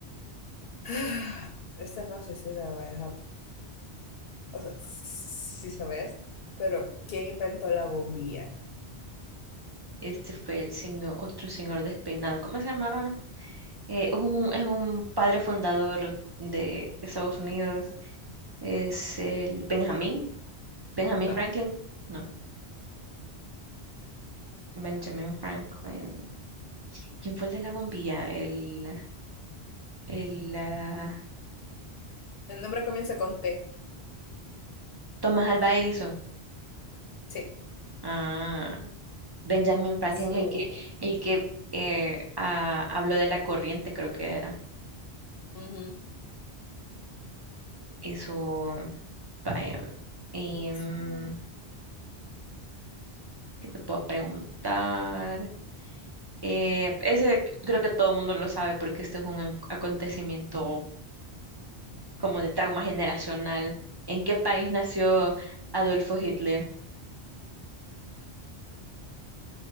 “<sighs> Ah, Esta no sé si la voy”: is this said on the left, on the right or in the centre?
Left